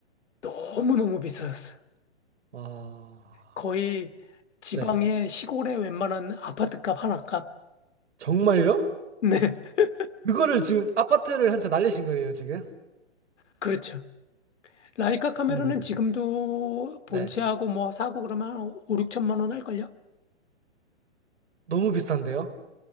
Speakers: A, on the left (about 75°); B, on the right (about 75°).
A: 너무너무 비싸졌어요.
B: 와,
A: 거의 지방의
B: 네.
A: 시골의 웬만한 아파트값 하나 값.
B: 정말요?
A: 네, <laughs>
B: 그거를 지금 아파트를 한 채 날리신 거예요, 지금?
A: 그렇죠. 라이카 카메라는
B: 이야.
A: 지금도 본체하고
B: 네.
A: 뭐 사고 그러면 한 5, 6천만 원 할걸요?
B: 너무 비싼데요?